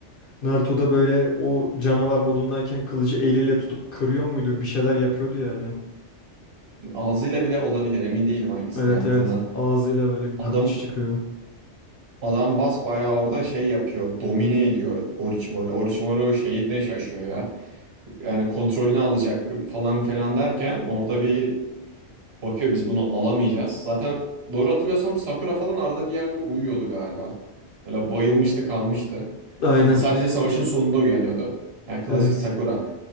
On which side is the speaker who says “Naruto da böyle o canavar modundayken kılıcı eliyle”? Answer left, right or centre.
Left